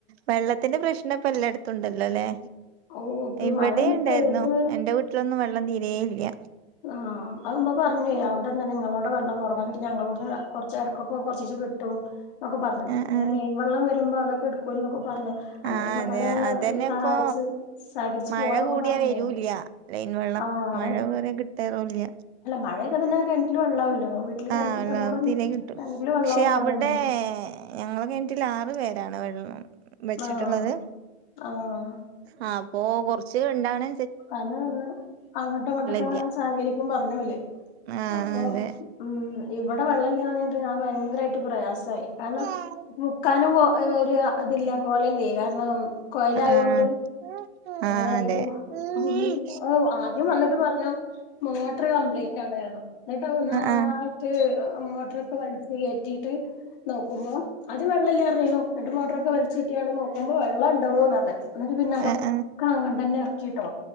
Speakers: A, on the right; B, on the left.
A: വെള്ളത്തിന്റെ പ്രശ്ന ഇപ്പൊ എല്ലായിടത്തും ഉണ്ടല്ലോ അല്ലെ
B: ഓ ഇപ്പ ഈ
A: ഇവിടേം
B: മഴൊന്ന്
A: ണ്ടായിരുന്നു
B: പെയ്ത്
A: എന്റെ വീട്ടിലൊന്നും വെള്ളം തീരേ ഇല്യ
B: ആഹ അതുമ്മ പറഞ്ഞേ അവിടെന്നെ നിങ്ങളോട് വെള്ളം കുറവാക്കിട്ട് ഞങ്ങളോട് കുറച്ച് ഇടക്കൊക്കെ കുറച്ച് കിട്ടും എന്നൊക്കെ പറഞ്ഞു
A: ആ
B: പിന്നെ
A: ആ
B: ലീൻ വെള്ളം വരുമ്പോ അതൊക്കെ എടുക്കു എന്നൊക്കെ പറഞ്ഞു അങ്ങോട്ടും
A: ആ
B: ങ്ങോട്ടും
A: അതെ
B: ഒക്കെ
A: അതന്നെ
B: സഹായിച്ച്
A: ഇപ്പൊ
B: സഹകരിച്ച്
A: മഴ
B: പോവാന്നൊക്കെ
A: കൂടിയാ
B: പറഞ്ഞേ
A: വരൂല്ല ലൈൻ വെള്ളം
B: ആഹ്
A: മഴ വേറെ കിട്ട <unintelligible> റൂല്യ
B: മഴേയ്താ പിന്നെ കിണറ്റില് വെള്ളാവുല്ലോ പ്പോ വീട്ടിൽ കിണ
A: ആല്ലോ
B: കിണറും
A: തീരെ കിട്ടും
B: കിണറ്റില് വെള്ളാവും
A: ക്ഷേ
B: പറഞ്ഞുമ്മ
A: അവിടെ ഞങ്ങളെ കിണറ്റിൽ ആറു പേരാണ് വെള്ളം വെച്ചിട്ടുള്ളത്
B: ആഹ് ആഹ്
A: ആ അപ്പൊ കൊറച്ച് കൊണ്ടാണ്
B: അതല്ലേ പറഞ്ഞ അങ്ങോട്ടും ഇങ്ങോട്ടൊക്കെ അങ്ങനെ
A: ഇല്ല
B: സഹകരിക്കും പറഞ്ഞപോലെ
A: ആഹ്
B: അപ്പൊ
A: അതെ
B: ഉം ഇവിടെ വെള്ളം ല്യാഞ്ഞിട്ട് ഞാൻ ഭയങ്കരായിട്ട് പ്രയാസമായി കാരണം
A: ആഹ്
B: മുക്കാനും പോ ഒരു അതില്ല ഹോലല്ലേ കാരണം കൊയലായോണ്ട്
A: ആഹ് ആഹ്
B: അങ്ങനെയിട്ടതാ
A: അതെ ആഹ്
B: ഉം ആദ്യം വന്നിട്ട് പറഞ്ഞു മോട്ടർ കംപ്ലയിന്റ് ആണായിരുന്നു എന്നിട്ട് നാട്ട്
A: ആഹ് ആഹ് ആഹ്
B: മോട്ടറ് ഒക്കെ വലിച്ച ത്തീട്ട് നോക്കുമ്പോ അത് വെള്ളല്യ അറിയണൂ ന്നിട്ട് മോട്ടറൊക്കെ വലിച്ചുകേറ്റിയാണ് നോ <unintelligible> വെള്ളം ഉണ്ടോന്ന് പറഞ്ഞ് എന്നിട്ട് പിന്നെ അതൊക്കെ
A: ആഹ് ആഹ് ആഹ് ആഹ് ആഹ്
B: അങ്ങനെ തന്നെ ഇറക്കിയിട്ടോ